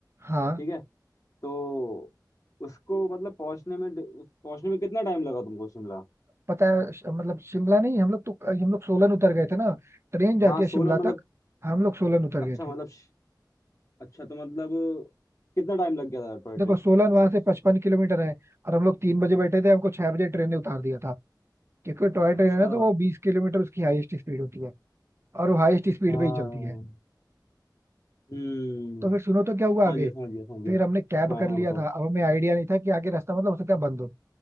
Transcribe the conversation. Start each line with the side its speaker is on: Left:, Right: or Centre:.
Right: हाँ
Left: ठीक है तो उसको मतलब पहुंचने में डि- उस- पहुंचने में कितना टाइम लगा तुमको शिमला
Right: पता है श- मतलब शिमला नहीं हम लोग तो हम लोग सोलन उतर गए थे ना ट्रेन जाती
Left: हाँ
Right: है
Left: सोलन
Right: शिमला
Left: मतलब
Right: तक हम लोग सोलन उतर
Left: अच्छा
Right: गए थे
Left: मतलब श- अच्छा तो मतलब कितना टाइम लग गया था टॉय ट्रेन
Right: देखो सोलन वहां
Left: से
Right: से पचपन किलोमीटर है और हम लोग तीन बजे बैठे थे हमको छह बजे ट्रेन ने उतार दिया था क्योंकि टॉय ट्रेन
Left: अच्छा
Right: है ना तो वो बीस किलोमीटर उसकी हाईएस्ट स्पीड होती है और वो हाईएस्ट स्पीड
Left: हाँ
Right: पे ही चलती है
Left: हम्म
Right: तो फिर सुनो तो क्या
Left: समझ
Right: हुआ आगे
Left: गया समझ गया समझ गया
Right: फिर हमने कैब
Left: हाँ
Right: कर
Left: हाँ
Right: लिया
Left: बताओ
Right: था अब हमें आइडिया नहीं था कि आगे रास्ता मतलब हो सकता है बंद हो